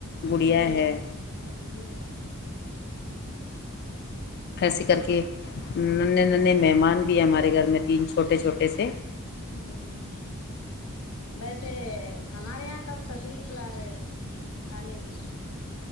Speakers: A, on the left (about 50°); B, on the left (about 80°).
A: گڑیا
B: بیبی
A: ہے
B: اچھا گڑیا
A: ایسے کر کے ننے نے مہمان بھی ہمارے گھر میں تین چھوٹے چھوٹے سے
B: ہے ویسے ہمارے یہاں کب تشریف ل رہے ہو آنے کی